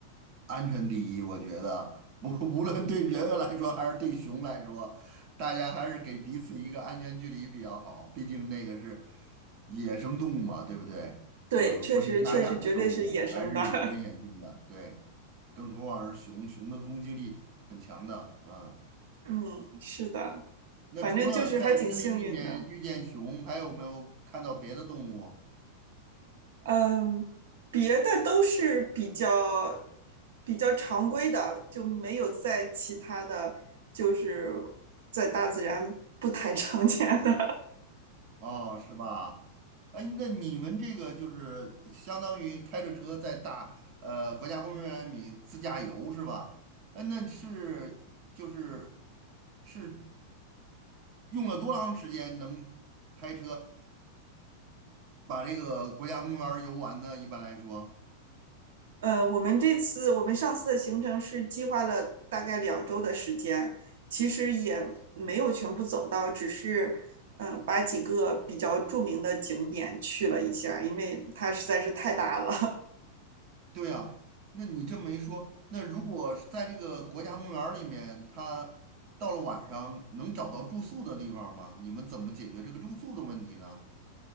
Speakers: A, on the right; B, on the right.
A: 安全第一，我觉得不 <laughs> 无论对人来说还是对熊来说，大家还是给彼此一个安全距离比较好。毕竟那个是野生动物嘛，对不对？
B: 对，
A: 嗯，
B: 确实确实绝对是野生的。
A: 不是家养的动物，还是有危险性的。
B: <laughs>
A: 对，更何况是熊，熊的攻击力很强的。嗯，
B: 嗯，是的，
A: 那除了在森林里面遇见熊，
B: 反正就是还挺幸运的。
A: 还有没有看到别的动物？
B: 嗯，别的都是比较比较常规的，就没有在其他的，就是在大自然不太常见的。
A: 哦，是吧？哎，那你们这个就是相当于开着车在大呃国家公园里自驾游是吧？哎，那是就是是用了多长时间能开车把这个国家公园儿游完呢？一般来说，
B: <laughs> 呃，我们这次我们上次的行程是计划了大概两周的时间，其实也没有全部走到，只是嗯、呃把几个比较著名的景点去了一下，因为它实在是太大了。
A: 对呀。那你这么一说，那如果是在这个国家公园儿里面，他到了晚上能找到住宿的地方吗？你们怎么解决这个住宿的问题呢？